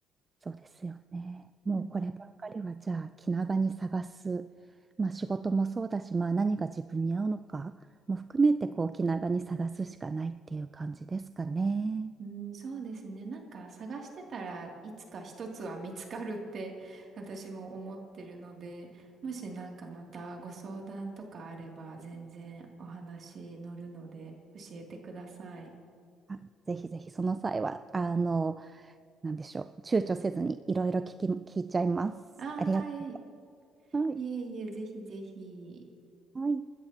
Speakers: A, on the right; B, on the right.
A: そうですよね。もうこればっかりは、
B: うん
A: じゃあ、気長に探す。まあ、仕事もそうだし、まあ、何が自分に合うのかも含めて、こう、気長に探すしかないっていう感じですかね。
B: うん、そうですね。なんか探してたらいつか一つは見つかるって <laughs> 私も思ってるので、もしなんかまたご相談とかあれば全然お話乗るので教えてください。
A: あ、ぜひぜひ、その際は、あの、なんでしょう、躊躇せずにいろいろ聞き、聞いちゃいます。
B: ああ、
A: ありがと
B: はい。い
A: う。はい。
B: えいえ、ぜひぜひ。
A: はい。